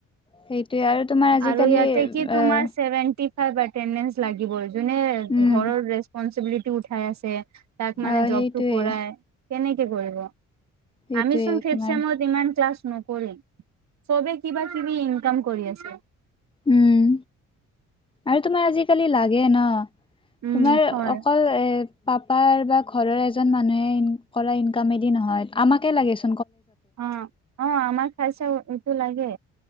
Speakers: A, on the left; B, on the right.
A: সেইটোয়ে আৰু তোমাৰ আজিকালি
B: আৰু ইয়াতে কি তোমাৰ
A: আহ
B: ছেভেনটি ফাইভ এতেন্দেন্স লাগিবই। যোনে
A: উম
B: ঘৰৰ ৰেচপনচিবিলিটি উঠাই আছে তাক মানে
A: অ
B: জবটো
A: সেইটোয়ে
B: কৰায়। কেনেকে কৰিব?
A: সেইটোয়ে
B: আমি চোন ফিভছেমত
A: তোমাৰ
B: ইমান ক্লাছ নকৰো। চবে কিবা কিবি ইনকাম কৰি আছে।
A: উম আৰু তোমাৰ আজিকালি লাগে ন।
B: উম
A: তোমাৰ
B: হয়
A: অকল এ পাপাৰ বা ঘৰৰ এজন মানুহে ইন কৰা ইনকামেদি নহয়, আমাকে লাগেছো
B: অ অ আমাৰ খাইচা এইটো লাগে।